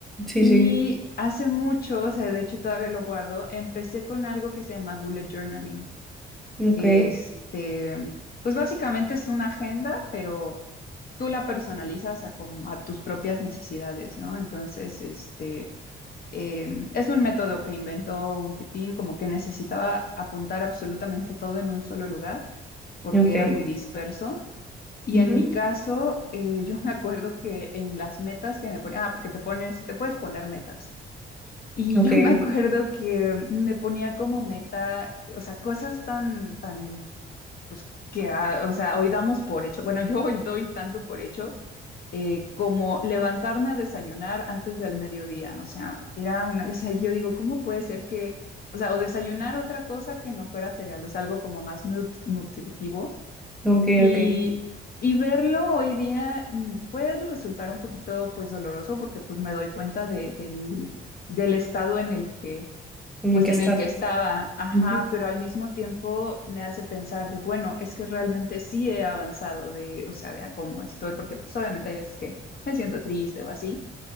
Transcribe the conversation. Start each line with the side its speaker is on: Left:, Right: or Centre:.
Centre: Sí,
Left: Y
Centre: sí,
Left: hace mucho, o sea, de hecho todavía lo guardo, empecé con algo que se llama bullet journaling,
Centre: ok,
Left: que este, pues básicamente es una agenda, pero tú la personalizas a, como- a tus propias necesidades, ¿no? Entonces, este eh, es un método que inventó un tipín, como que necesitaba apuntar absolutamente todo en un solo lugar porque
Centre: ok,
Left: era muy disperso. Y
Centre: ujú,
Left: en mi caso, eh, yo me acuerdo que en las metas que me ponía, ah, porque te pones, te puedes poner metas. Y
Centre: ok,
Left: yo <laughs> me acuerdo que me ponía como meta, o sea, cosas tan, tan que, ah, o sea, hoy damos por hecho, bueno, yo hoy doy tanto por hecho eh, como levantarme a desayunar antes del mediodía. O sea, era una, <laughs> o sea, yo digo, ¿cómo puede ser que, o sea, o desayunar otra cosa que no fuera cereal, o sea, algo como más nut- nutritivo?
Centre: ok,
Left: Y,
Centre: ok,
Left: y verlo hoy día mm, puede resultar un poquito, pues, doloroso porque, pues, me doy cuenta de, del, del estado en el que
Centre: y
Left: pues
Centre: que
Left: en
Centre: estás,
Left: el que estaba, ajá,
Centre: ujú,
Left: pero al mismo tiempo me hace pensar de, bueno, es que realmente sí he avanzado de, o sea, de a cómo estoy, porque pues obviamente hay veces que me siento triste o así,